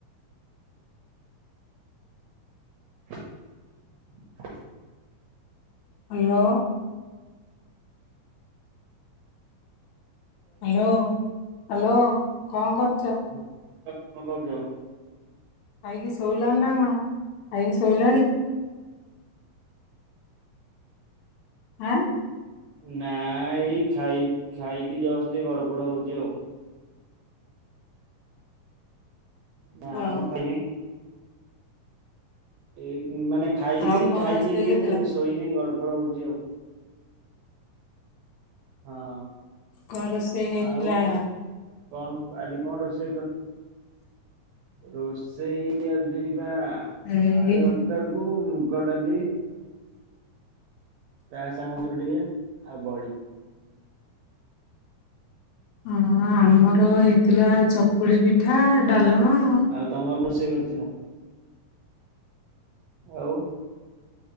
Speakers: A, on the right; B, on the left.
A: <inaudible>
B: Hello. Hello hello କଁ କରୁଚ?
A: ମୁଁ କହିଲି କଁ କରୁଚ?
B: ଖାଇକି ଶୋଇଲଣିନା କଣ ଖାଇକି ଶୋଇଲଣି? ଆଁ।
A: ନା ଏଇ ଖାଇ ଖାଇକି ଜଷ୍ଟ ଗଡ଼ ପଡ଼ ହଉଚି ଆଉ। ନାଁମ
B: ଓହୋ
A: ଖାଇନେଇ। ଏଇ ମାନେ ଖାଇସାଇଲିଣି
B: ଆଉ କଣ
A: ଖାଇକି
B: ରୋଷେଇ ହେଇଥିଲା
A: ଟିକେ ଶୋଇନି ଗଡ଼ପଡ଼ ହଉଚି ଆଉ। ହଁ।
B: କଁ ରୋଷେଇ ହେଇଥିଲା?
A: ଆଉ କଣ ଆଜି କଣ ରୋଷେଇ କରି ରୋଷେଇ ଆଜିପା
B: ଏଇ
A: ଆଳୁ ଭର୍ତାକୁ ମୁଗ ଡାଲି। ପ୍ରାୟ ସାମଜୁରୁ ଟିକେ ଆଉ ବଡି।
B: ହଁ, ଆମର ହେଇଥିଲା ଚକୁଳି ପିଠା, ଡାଲମା ଆଉ।
A: ଆଉ ତମର କଣ ରୋଷେଇ କରିଥିଲ? ଆଉ।